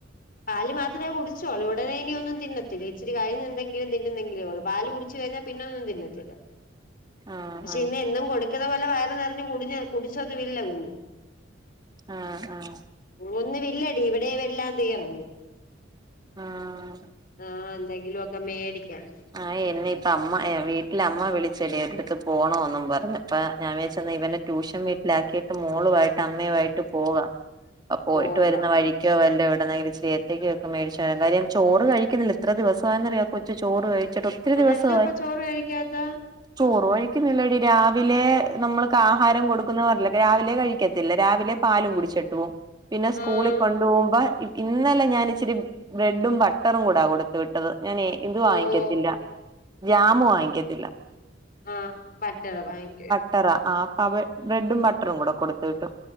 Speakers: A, on the left; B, on the right.
A: പാല് മാത്രമേ കുടിച്ചോളൂ ഉടനെ ഇനി ഒന്നും തിന്നത്തില്ല ഇച്ചിരി കഴിഞ്ഞ് എന്തെങ്കിലും തിന്നുന്നെങ്കിലേ ഉള്ളൂ പാല് കുടിച്ച് കഴിഞ്ഞാൽ പിന്നൊന്നും തിന്നത്തില്ല
B: ആഹ്
A: പക്ഷെ
B: ആഹ്
A: ഇന്ന് എന്നും കൊടുക്കുന്ന പോലെ വയറ് നിറഞ്ഞ് കുടിഞ്ഞ കുടിച്ചത ഇില്ല കുഞ്ഞ്
B: ആഹ ആഹ
A: ഒന്നു വില്ലടി ഇവിടെ എല്ലാം തീർന്നു
B: ആഹ്
A: ആഹ് എന്തെങ്കിലും ഒക്കെ മേടിക്കാൻ
B: ആഹ് എന്നെ ഇപ്പ അമ്മ വീട്ടിലമ്മ വിളിച്ചടി എടുത്തിട്ട് പോണോന്നും പറഞ്ഞ് പ്പ ഞാൻ വെച്ച് ഇവന ട്യൂഷൻ വീട്ടിലാക്കിയിട്ട് മോളുമായിട്ട് അമ്മയുമായിട്ട് പോകാം
A: <inaudible>
B: അ പോയിട്ട്
A: പോകാം
B: വരുന്ന വഴിക്കോ
A: ആ
B: വല്ലോ എവിടെന്നെങ്കിലും ഇച്ചിരി ഉച്ചക്കൊക്കെ മേടിച്ച കാര്യം ചോറ് കഴിക്കുന്നില്ല ഇത്ര ദിവസമായന്നറിയോ കൊച്ച് ചോറ് കഴിച്ചിട്ട് ഒത്തിരി
A: അതെന്താപ്പ
B: ദിവസമായി
A: ചോറ് കഴിക്കാത്ത
B: ചോറ് കഴിക്കുന്നില്ലടി രാവിലെ നമ്മൾക്ക് ആഹാരം കൊടുക്കുന്ന പറഞ്ഞെ രാവിലെ കഴിക്ക ത്തില്ല രാവിലെ പാലും കുടിച്ചിട്ട് പോവും പിന്നെ സ്കൂളിൽ
A: ആഹ്
B: കൊണ്ടു പോകുമ്പോ ഇന്നലെ ഞാനിച്ചിരി ബ്രെഡും ബട്ടറും കൂടാ കൊടുത്തു വിട്ടത് ഞാനേ ഇതു വാങ്ങിക്കത്തില്ല
A: ഓ ഓ
B: ജാമ് വാങ്ങിക്കത്തില്ല
A: ആഹ് പറ്റത ബാങ്ക്
B: ബട്ടറാ ആഹ് അപ്പ ബ്രെഡും ബട്ടറും കൂടെ കൊടുത്ത്‌ വിട്ടു